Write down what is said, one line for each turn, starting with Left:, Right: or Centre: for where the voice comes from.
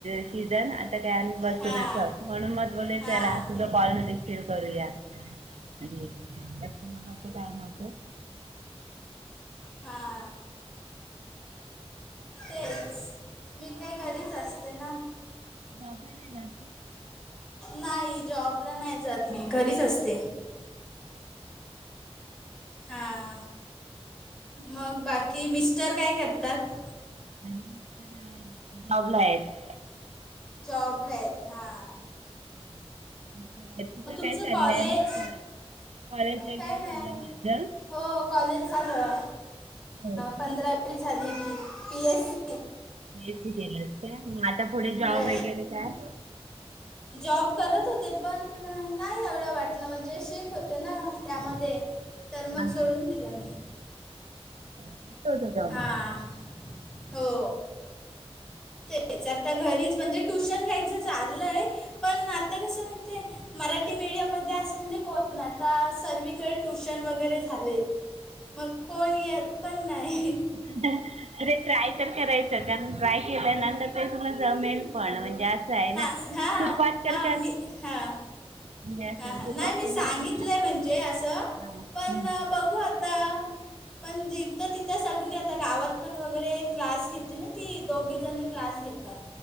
Right: <unintelligible> सीझन, आता काय आम्ही बसूनच
Centre: हां
Right: आहोत म्हणून म बोल
Centre: हां
Right: चला कॉल न ठव करूया म्हणजे मला ते काय नव्हतं <unintelligible>
Centre: हा. तेच, मी काय घरीच असते ना.
Right: ज प नाही जाात <unintelligible>
Centre: नाही, जॉबला नाही जात मी घरीच असते. हां, मग बाकी मिस्टर काय करतात?
Right: आणि तर लावलं आहेत <unintelligible>
Centre: जॉबला आहेत. हा -
Right: हम् <inaudible> तुझं
Centre: तुमचं
Right: काय चाललंय
Centre: कॉलेज
Right: मग, कॉलेज वगैरे
Centre: काय नाही
Right: झालं माझ
Centre: हो कॉलेज झालं.
Right: हो का
Centre: पंधरावी झाली. B S C
Right: B S C केलं काय, मग आता पुढे जॉब
Centre: हो.
Right: वगैरे काय हां
Centre: जॉब करत होते पण, नाही एवढं वाटलं म्हणजे शिफ्ट होते ना त्यामध्ये. तर मग
Right: हां
Centre: सोडून दिला मी.
Right: कुठं होता जॉबला
Centre: हां हो. तेच आता घरीच म्हणजे ट्युशन घ्यायचं चाललंय पण आता कस म्हाही ते मराठी मीडियम मध्ये असं म्हणजे कोण आता सर्वीकडे ट्युशन वगैरे झालेत. मग कोण यत पण नाही.
Right: <unintelligible> अरे ट्राय तर करायचं कारण ट्राय केल ना ते तुला जमेल पण म्हणजे असय
Centre: हां
Right: ना सुरुवात
Centre: हां
Right: तर
Centre: हां
Right: कर.
Centre: मी हां
Right: सुरुवात
Centre: हां हां नाही मी
Right: केली
Centre: सांगितलंय
Right: हा
Centre: म्हणजे असं
Right: हम्म.
Centre: पण बघू आता. पण जिथं तिथं सगळी आता गावात पण वगैरे क्लास घेते ना ती दोघी जनी. क्लास घेतात.